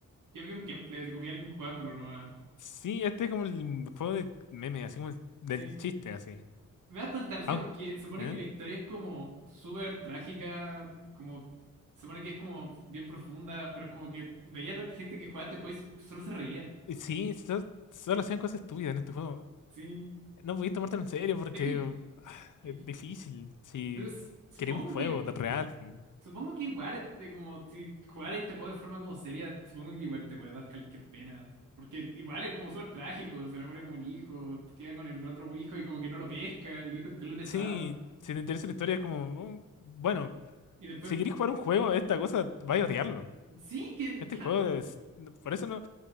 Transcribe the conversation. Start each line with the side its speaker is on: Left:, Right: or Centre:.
Right: Yo vi un gameplay, así que vi a alguien jugándolo nomás.
Left: Sí, este es como el juego de meme, así como el- del
Right: Sí.
Left: chiste, así.
Right: Me da tanta risa
Left: Aunque,
Right: porque se supone
Left: ¿eh?
Right: que la historia es como súper trágica, como se supone que es como bien profunda, pero es como que veía a la gente que jugaba este juego y solo se reía.
Left: Y Sí, so- solo hacían cosas estúpidas en este juego.
Right: Sí.
Left: No podías tomártelo en serio porque
Right: Es que
Left: ah, <sighs>
Right: que-
Left: es difícil. Si
Right: Pero s- supongo
Left: quería un juego
Right: que,
Left: de real. mm.
Right: supongo que igual, este, como si jugaras este juego de forma como seria, supongo que igual te puede dar cualquier pena. Porque igual es como súper trágico, se le muere como el hijo, queda con el otro hijo y como que no lo pesca, el hijo es terrible pesado.
Left: Sí, si te interesa la historia, es como, oh, bueno,
Right: Y después,
Left: si querés jugar un juego, esta cosa, vaya a odiarlo.
Right: sí, que
Left: Este
Right: claro,
Left: juego es... Por eso no,